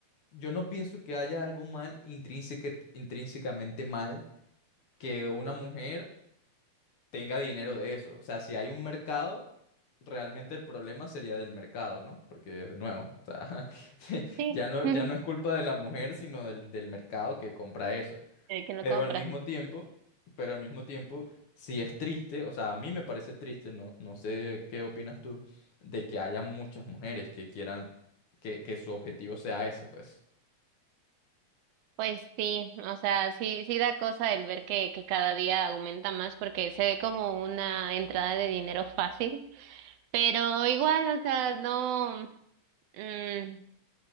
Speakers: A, on the left (about 55°); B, on the right (about 75°).
A: yo no pienso que haya algo mal intrínseca- intrínsecamente mal que una mujer tenga dinero de eso. O sea, si hay un mercado, realmente el problema sería del mercado, ¿no? Porque, de nuevo, o sea, <laughs>
B: Sí,
A: ya no,
B: <laughs>
A: ya no es culpa de la mujer, sino del, del mercado que compra eso.
B: de que no
A: Pero
B: compra.
A: al mismo tiempo, pero al mismo tiempo, sí es triste, o sea, a mí me parece triste, no, no sé qué opinas tú, de que haya muchas mujeres que quieran que, que su objetivo sea ese, pues.
B: Pues sí, o sea, sí, sí da cosa el ver que, que cada día aumenta más porque se ve como una entrada de dinero fácil, pero igual, o sea, no, mm,